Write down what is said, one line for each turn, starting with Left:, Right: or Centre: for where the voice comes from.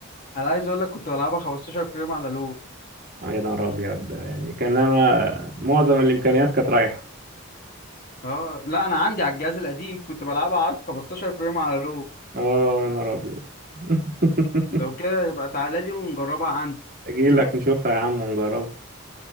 Left: انا عايز اقول لك كنت بلعبها 15 فريم على لو
Right: يا نهار ابيض ده يعني كان انا معظم الامكانيات كانت رايحه
Left: اه لا انا عندي على الجهاز القديم كنت بلعبها على 15 فريم على رو
Right: اه يا نهار ابيض <laughs>
Left: لو كده يبقى تعالى لي ونجربها عندي
Right: اجي لك نشوفها يا عم ونجربها